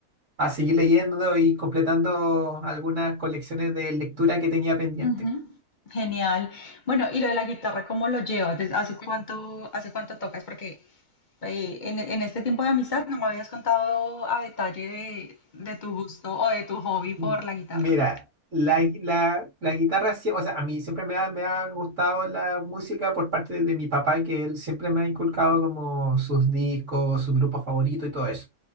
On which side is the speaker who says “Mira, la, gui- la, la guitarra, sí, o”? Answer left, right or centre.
Right